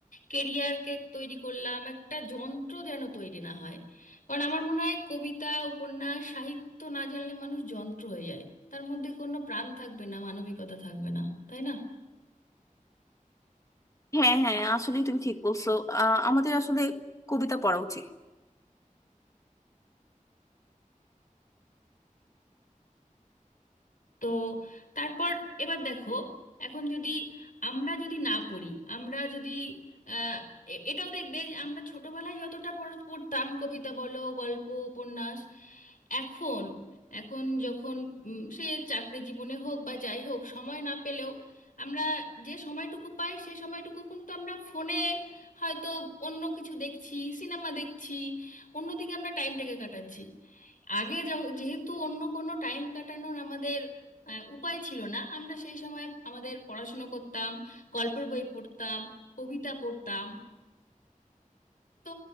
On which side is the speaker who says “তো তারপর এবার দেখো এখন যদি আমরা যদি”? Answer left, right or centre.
Left